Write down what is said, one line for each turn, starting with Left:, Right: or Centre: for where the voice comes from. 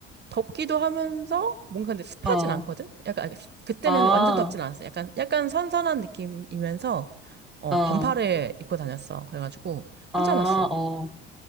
Right: 덥기도 하면서 뭔가 근데 습하진
Centre: 어,
Right: 않거든? 약간, 아니, 그때는
Centre: 아,
Right: 완전 덥진 않았어. 약간, 약간 선선한 느낌이면서, 어,
Centre: 어,
Right: 반팔을 입고 다녔어. 그래가지고,
Centre: 아,
Right: 괜찮았어.
Centre: 어.